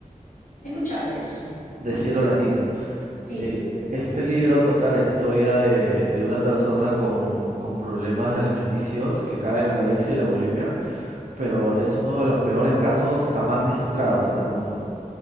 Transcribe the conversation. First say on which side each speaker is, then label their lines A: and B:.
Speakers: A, on the left (about 65°); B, on the right (about 65°).
A: He escuchado, eso sí.
B: de Cielo Latini.
A: Sí,
B: Eh,
A: sí.
B: este libro toca la historia de, de una persona con, con problemas alimenticios que cae en la anorexia y la bulimia, pero es uno de los peores casos jamás registrados en el mundo.